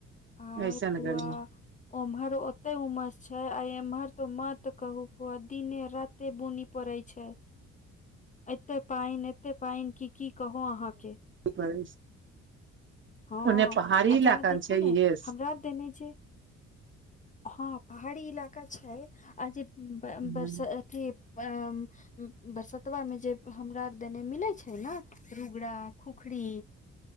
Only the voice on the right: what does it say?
ऐसन
गर्मी
<inaudible>
ओन्ने पहाड़ी
इलाका
छै
इहे से।
हँ